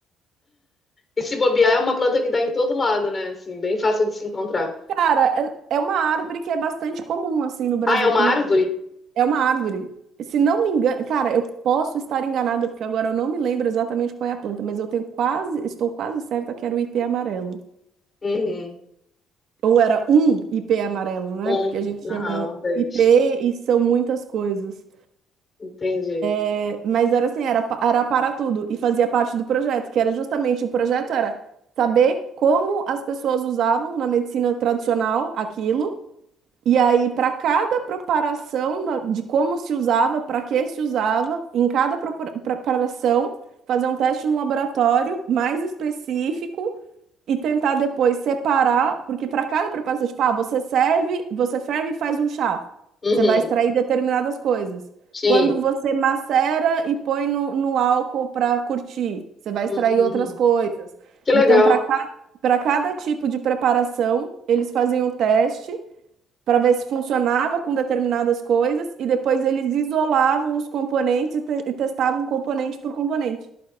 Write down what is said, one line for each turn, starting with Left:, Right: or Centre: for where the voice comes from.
Left: E se bobear, é uma planta que dá em todo lado, né? Assim, bem fácil de se encontrar.
Right: cara, é é uma árvore que é bastante comum, assim, no Brasil,
Left: Ah, é uma
Right: que
Left: árvore?
Right: não É uma árvore. Se não me engano, cara, eu posso estar enganada, porque agora eu não me lembro exatamente qual é a planta, mas eu tenho quase, estou quase certa que era o ipê amarelo.
Left: Uhum.
Right: Ou era um ipê amarelo, né?
Left: Um.
Right: Porque a gente
Left: Aham,
Right: chama
Left: um deles.
Right: ipê e são muitas coisas.
Left: Entendi.
Right: É, Mas era assim, era, pa- era para tudo e fazia parte do projeto, que era justamente o projeto era saber como as pessoas usavam na medicina tradicional aquilo E aí, para cada preparação da- de como se usava, para que se usava, em cada propor- preparação, fazer um teste no laboratório mais específico e tentar depois separar, porque para cada preparação, tipo, ah, você serve, você ferve e faz um chá.
Left: Uhum.
Right: Você vai extrair determinadas coisas.
Left: Sim.
Right: Quando você macera e põe no, no álcool para curtir, você vai
Left: Uhum.
Right: extrair outras coisas.
Left: Que legal.
Right: Então, para cada para cada tipo de preparação, eles faziam o teste para ver se funcionava com determinadas coisas e depois eles isolavam os componentes e, te- e testavam componente por componente.